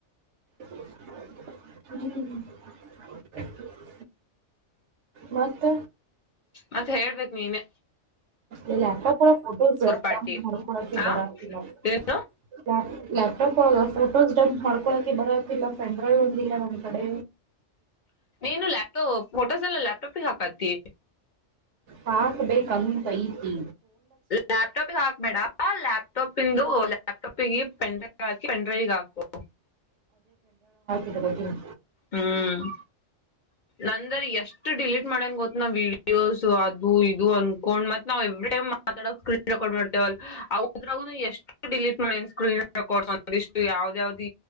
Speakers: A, on the right; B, on the left.
A: <unintelligible> ಮತ್ತ
B: ಮತ್ತೆ ಹೇಳ್ಬೇಕ್ ನೀನೇ
A: ಈ ಲ್ಯಾಪ್ಟಾಪ್ ಒಳಗ್ ಫೋಟೋಸ್
B: ಪಾರ್ಟಿ
A: ಡೌನ್ಲೋಡ್ ಮಾಡ್ಕೋಳೋಕೆ
B: ಆ
A: ಬರಲ್ಲ ನೋಡ್
B: ಏನ್
A: <unintelligible> ಲ್ಯಾಪ್ಟಾಪ್ ಒಳಗ ಫೋಟೋಸ್ ಡಂಪ್ ಮಾಡ್ಕೊಳಕೆ ಬರತಿಲ್ಲ ಪೆನ್ ಡ್ರೈವ್ ಒಂದಿಲ್ಲ ನಮ್ ಕಡೆ
B: ಇನ್ನು ಲ್ಯಾಪಟೋ ಫೋಟೋಸ್ ಎಲ್ಲ ಲ್ಯಾಪ್ಟಾಪಿಗ್ ಹಾಕತಿ
A: ಹಾಕ್ಬೇಕಂತೈತಿ
B: ಲ್ಯಾಪ್ಟಾಪಿಗ್ ಹಾಕ್ಬೇಡ ಲ್ಯಾಪ್ ಪ್ಟಾಪ್ ಇಂದು ಲಾಪ್ಟಾಪ್ ಪ್ಪಿಗೆ ಪೆನ್ ಡ್ರೈವ್ ಹಾಕಿ ಪೆನ್ ಡ್ರೈವಿಗ್ ಹಾಕ್ಕೋ
A: ಇಟ್ಕೋತೀನಿ
B: ಹ್ಮ್ ನಂದರಿ ಎಷ್ಟು ಡಿಲೀಟ್ ಮಾಡೇನ್ ಗೊತ್ ನ ವೀಡಿಯೋಸ್ ಅದು ಇದು ಅನ್ಕೊಂಡ್ ಮತ್ ನಾವ್ ಎವ್ರಿ ಟೈಮ್ ಮಾತಾಡ ಸ್ಕ್ರೀನ್ ರೆಕಾರ್ಡ್ ಮಾಡ್ತೇವದ್ರಾಗ ಎಷ್ಟು ಡಿಲೀಟ್ ಮಾಡ ಸ್ಕ್ರೀನ್ ರೆಕಾರ್ಡ್ ಇಷ್ಟು ಯಾವ್ದ ಯಾವ್ದ್